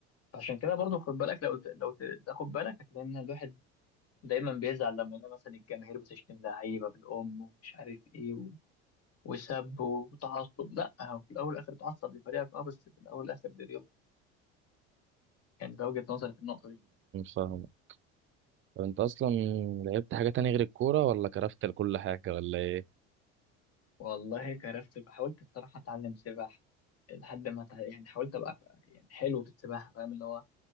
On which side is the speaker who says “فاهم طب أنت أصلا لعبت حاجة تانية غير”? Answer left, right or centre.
Right